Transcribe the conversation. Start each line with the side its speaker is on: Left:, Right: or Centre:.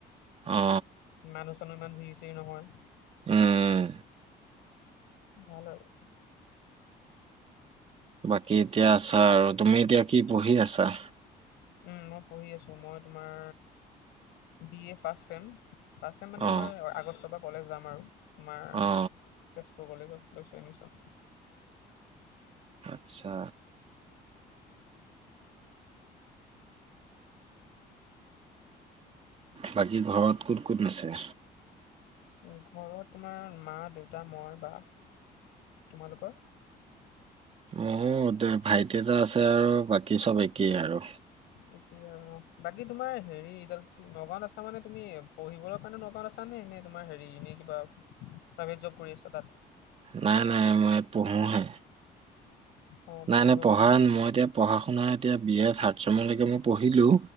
Right: অ
Left: মানুহ চানুহ ইমান ভিৰ চিৰ নহয়।
Right: উম উম,
Left: ভাল আৰু
Right: বাকী এতিয়া আছা আৰু তুমি এতিয়া কি পঢ়ি আছা।
Left: উম, মই পঢ়ি আছো মই তোমাৰ B A first sem. First sem মানে
Right: অ
Left: মই আগষ্টৰ পৰা কলেজ যাম আৰু তোমাৰ
Right: অ
Left: তেজপুৰ কলেজত লৈছো এডমিশন।
Right: আচ্ছা। বাকী ঘৰত কোন কোন আছে।
Left: মোৰ ঘৰত তোমাৰ মা দেউতা মই বা। তোমালোকৰ?
Right: অ দু ভাইটি এটা আছে আৰু বাকী চব একেই আৰু
Left: এতিয়া বাকী তোমাৰ হেৰি এডাল নগাঁওত আছা মানে তুমি পঢ়িবলৈ কাৰণে নগাঁওত আছা। মানে এনেই তোমাৰ হেৰি এনে কিবা প্ৰাইভেট জব কৰি আছা তাত।
Right: নাই নাই মই ইয়াত পঢ়োহে
Left: অ
Right: নাই
Left: পঢ়িব
Right: নাই পঢ়া
Left: গৈছা ন
Right: মই এতিয়া। পঢ়া শুনা এতিয়া বিয়ে থাৰ্ড চেমলৈকে মই পঢ়িলো।